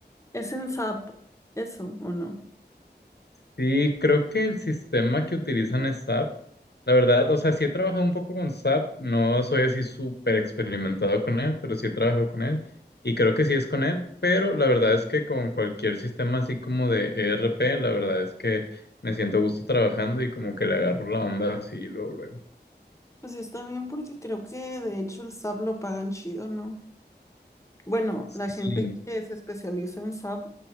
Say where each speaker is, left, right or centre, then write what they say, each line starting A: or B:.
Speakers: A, on the left (about 15°); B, on the left (about 70°).
A: ¿Es en SAP eso o no?
B: Sí, creo que el sistema que utilizan es SAP. La verdad, o sea, sí he trabajado un poco con SAP, no soy así súper experimentado con él, pero sí he trabajado con él y creo que sí es con él, pero la verdad es que con cualquier sistema así como de ERP, la verdad es que me siento a gusto trabajando y como que le agarro la onda así luego, luego.
A: Pues está bien porque creo que de hecho el SAP lo pagan chido, ¿no? Bueno,
B: Sí.
A: la gente que se especializa en SAP,